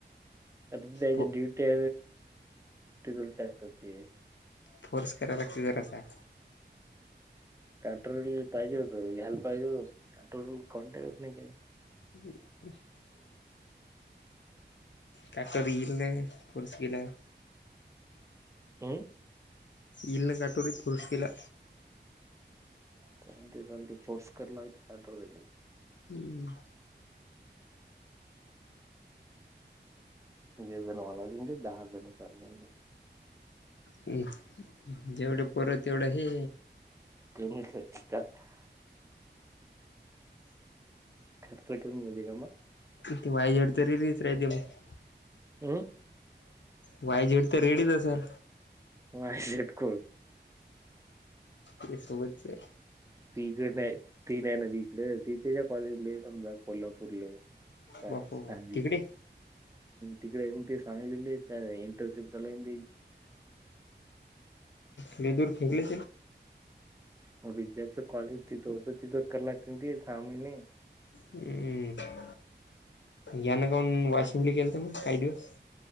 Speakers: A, on the right; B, on the left.
A: त्याची
B: फो
A: ड्यूटी <unintelligible>
B: फोर्स कराय लागतय जरा स
A: कट्रोल पाहिजे होत घ्याल पाहिजे होतं <unintelligible>
B: <unintelligible> काय ती इल काय फोर्स केल्यावर.
A: हम्
B: इल ना काटोरी फोर्स केल्या
A: ते जाऊ दे कोर्स करणार आहे <unintelligible>
B: हम्म
A: <unintelligible>
B: ए जेवढं परंत तेवढं हे
A: <unintelligible> खर्च कमी होऊ दे का मग
B: त वाईझड तरी रीच राहते मग
A: हम्म
B: वाय झेड तर रेडीच असल.
A: ह शेटक
B: ते समजचे
A: त इकडे नाही ती नाही ना तकडे ती तच्या कॉलेज सम कोल्हापूरले ह
B: बापा
A: सांगली
B: तिकडे
A: तिकडे म ते सांगलेली त्या इंटरशिप चालान.
B: ललेदर खेकले
A: हो विद्यार्थच कॉलेज तिथंत तिथं क लाग ते साने
B: हम्म या ना कान वाशिमली केलं ते मग काही दिवस